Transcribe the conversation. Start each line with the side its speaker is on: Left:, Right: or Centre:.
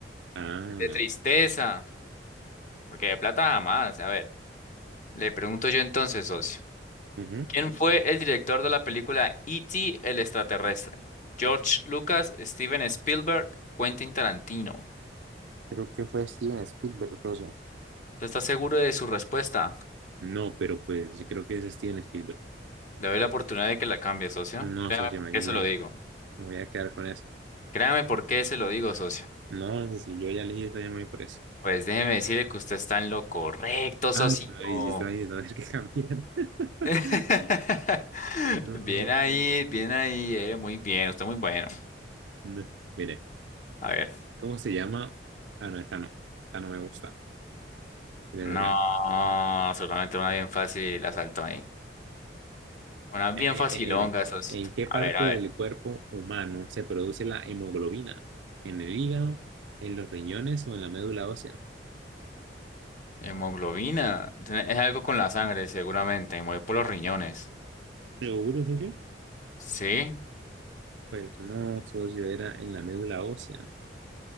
Right: Ah,
Left: de tristeza, porque de plata jamás. A ver, le pregunto yo entonces, socio,
Right: ujú.
Left: ¿quién fue el director de la película E.T. el extraterrestre? George Lucas, Steven Spielberg, Quentin Tarantino.
Right: Creo que fue Steven Spielberg, socio.
Left: ¿Te estás seguro de su respuesta?
Right: No, pero pues yo creo que es Steven Spielberg.
Left: Le doy la oportunidad de que la cambie, socio.
Right: No,
Left: Créame
Right: socio,
Left: por
Right: me,
Left: qué
Right: me,
Left: se lo digo.
Right: me voy a quedar con eso.
Left: Créame por qué se lo digo, socio.
Right: No, si yo ya elegí estoy muy me por eso.
Left: Pues déjeme decirle que usted está en lo correcto,
Right: Ay,
Left: socito.
Right: no, y si estoy ahí, no, hay que cambiar. <laughs>
Left: <laughs>
Right: No,
Left: Bien ahí, bien ahí, eh, muy bien, usted muy bueno.
Right: no. Mire,
Left: A ver,
Right: ¿cómo se llama? Ah, no, esta no. Esta no me gusta. Mire,
Left: no,
Right: mire,
Left: seguramente una bien fácil la saltó ahí. Una bien
Right: eh, eh,
Left: facilonga,
Right: eh, mire,
Left: socito.
Right: ¿en qué parte
Left: A ver, a
Right: del
Left: ver.
Right: cuerpo humano se produce la hemoglobina? ¿En el hígado, en los riñones o en la médula ósea?
Left: Hemoglobina, tiene- es algo con la sangre, seguramente, muy por los riñones.
Right: ¿Seguro, socio?
Left: ¿Sí?
Right: Pues no, socio, era en la médula ósea.